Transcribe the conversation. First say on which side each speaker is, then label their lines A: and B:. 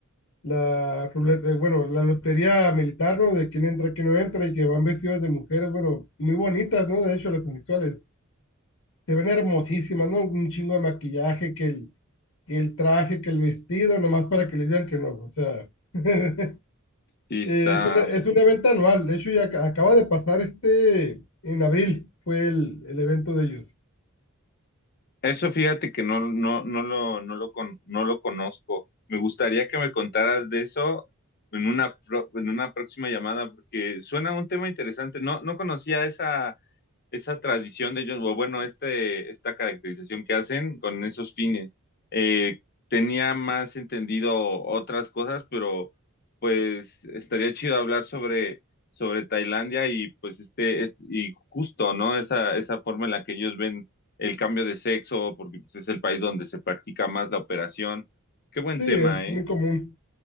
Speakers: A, on the left; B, on the left.
A: la ruleta, eh, bueno, la lotería militar, ¿no? De quién entra, quién no entra, y que van vestidos de mujeres, bueno, muy bonitas, ¿no? De hecho, las transexuales se ven hermosísimas, ¿no? Un chingo de maquillaje, que el, que el traje, que el vestido, nomás para que les digan que no. O sea, <laughs> eh,
B: sí está.
A: es una, es un evento anual. De hecho, ya ac- acaba de pasar este, en abril fue el, el evento de ellos.
B: Eso fíjate que no, no, no lo, no lo, con- no lo conozco. Me gustaría que me contaras de eso en una, pro- en una próxima llamada, porque suena un tema interesante. No, no conocía esa, esa tradición de ellos, o bueno, este, esta caracterización que hacen con esos fines. Eh, tenía más entendido otras cosas, pero pues estaría chido hablar sobre, sobre Tailandia y pues este, et- y justo, ¿no? Esa, esa forma en la que ellos ven el cambio de sexo, porque pues, es el país donde se practica más la operación. Qué buen
A: Sí,
B: tema,
A: es
B: ¿eh?
A: muy común.